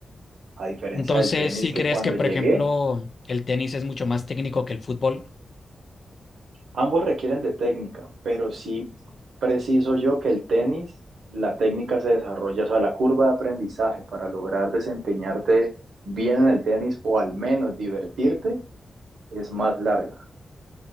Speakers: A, on the right (about 80°); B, on the left (about 55°).
A: a diferencia
B: Entonces,
A: del tenis
B: si
A: que
B: crees
A: cuando
B: que, por
A: llegué
B: ejemplo, el tenis es mucho más técnico que el fútbol,
A: Ambos requieren de técnica, pero sí preciso yo que el tenis, la técnica se desarrolla, o sea, la curva de aprendizaje para lograr desempeñarte bien en el tenis o al menos divertirte es más larga.